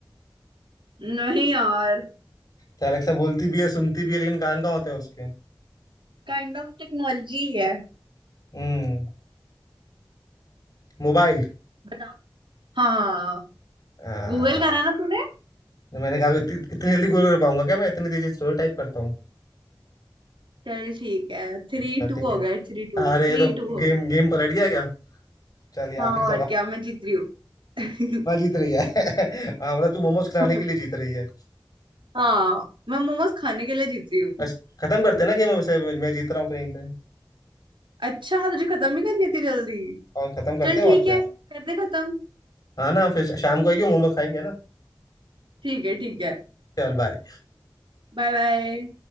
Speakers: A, on the right (about 90°); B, on the left (about 50°).
A: नहीं यार
B: तो एलेक्सा बोलती भी है सुनती भी है लेकिन कान कहाँ होते हैं उसके
A: काइंड ऑफ टेक्नोलॉजी है
B: हम्म मोबाइल
A: बता हाँ
B: आ,
A: गूगल करा ना तूने
B: तो मैंने कहा इत, इतनी जल्दी गूगल कर पाऊंगा क्या मैं इतनी तेजी से टाइप करता हूँ
A: चल ठीक है थ्री
B: चल
A: टू
B: ठीक
A: हो
B: है
A: गया थ्री टू
B: अरे
A: थ्री
B: ये तो
A: टू हो
B: गेम
A: गया
B: गेम पलट गया क्या चलिए
A: हाँ
B: आखिरी सवाल
A: और क्या मैं जीत रही हूँ
B: हाँ जीत रही है <laughs> हाँ मतलब तू मोमोज
A: <laughs>
B: खिलाने के लिए जीत रही है
A: हाँ मैं मोमोज खाने के लिए जीत रही हूँ
B: बस खत्म करते हैं ना गेम वैसे मैं जीत रहा हूँ कहीं पे
A: अच्छा तुझे खत्म ही करनी थी जल्दी
B: और खत्म करते
A: चल
B: हैं और
A: ठीक
B: क्या
A: है कर दे खत्म
B: हाँ ना फिर शाम को आइयो मोमो खाएंगे ना
A: ठीक है ठीक है
B: चल बाय
A: Bye bye